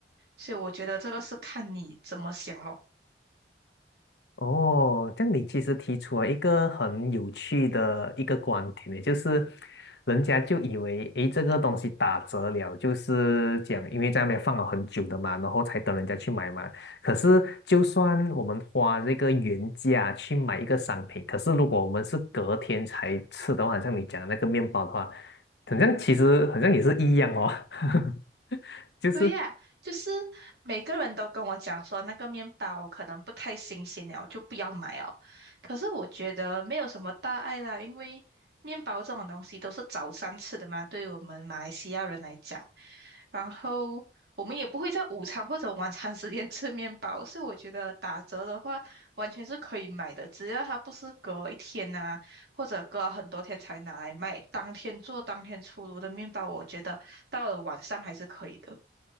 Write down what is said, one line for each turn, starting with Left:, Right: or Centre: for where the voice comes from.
Right: 所以我觉得这个是看你怎么想咯。
Left: 哦，这样你其实提出了一个很有趣的一个观点呢，就是人家就以为，诶，这个东西打折了，就是讲因为在那边放了很久的嘛，然后才等人家去买嘛。可是就算我们花这个原价去买一个商品，可是如果我们是隔天才吃的话，好像你讲的那个面包的话，好像其实好像也是一样哦，<laughs> 就是。
Right: 对呀，就是每个人都跟我讲说那个面包可能不太新鲜了，就不要买哦。可是我觉得没有什么大碍啦，因为面包这种东西都是早餐吃的嘛，对我们马来西亚人来讲，然后我们也不会在午餐或者晚餐时间 <laughs> 吃面包，所以我觉得打折的话完全是可以买的，只要它不是隔一天呐、或者隔很多天才拿来卖，当天做当天出炉的面包，我觉得到了晚上还是可以的。